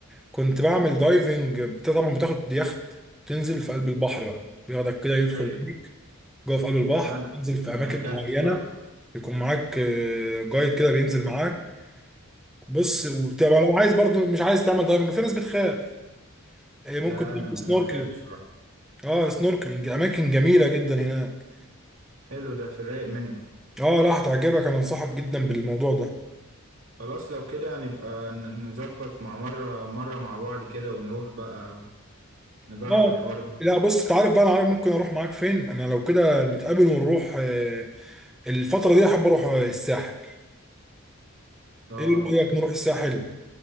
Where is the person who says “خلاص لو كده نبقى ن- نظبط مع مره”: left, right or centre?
Right